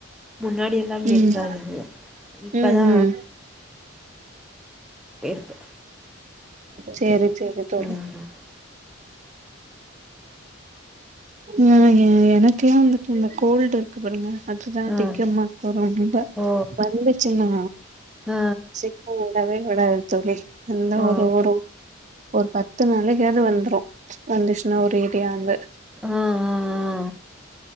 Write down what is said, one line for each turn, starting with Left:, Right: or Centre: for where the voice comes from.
Centre: முன்னாடி எல்லா அப்டி
Right: ம்
Centre: இருக்காது இப்பதா
Right: ம் ம்
Centre: இருக்கு
Right: செரி செரி தோழி
Centre: ம்
Right: ம் எனக்கு ஏன் வந்துட்டு இந்த கோல்டு க்கு பண்ணுங்க அது தா
Centre: ஆ
Right: தெக்க அந்த மாரி பிராப்ளம் வந்தா
Centre: ஓ
Right: வந்துச்சினா
Centre: ஆ
Right: கோல்டு வந்தாவே எது பண்ணாத தோழி இன்னா
Centre: ஓ
Right: ஒரு ஒரு ஒரு பத்து நாளைக்காவது வந்துரும் வந்துச்சின்னா ஒரேடியா வந்து
Centre: ஆ ஆ ஆ